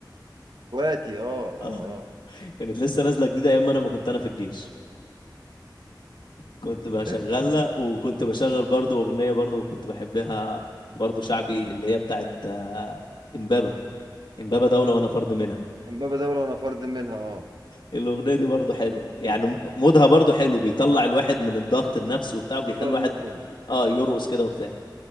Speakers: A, on the right; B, on the left.
A: اخواتي اه
B: اه
A: اه
B: كانت لسه نازله جديده ايام ما انا ما كنت انا في الجيش كنت بشغلها
A: اه
B: وكنت بشغل برضو أغنية برضو كنت بحبها برضو شعبي اللي هي بتاعت آه، إمبابة إمبابة دولة وأنا فرد منها
A: <laughs> امبابة دولة انا فرد منها اه
B: الأغنية دي برضو حلوة يعني م- مودها برضو حلو بيطلع الواحد من الضغط النفسي وبتاع وبيخلي
A: بره
B: الواحد
A: المود
B: اه يرقص كده وبتاع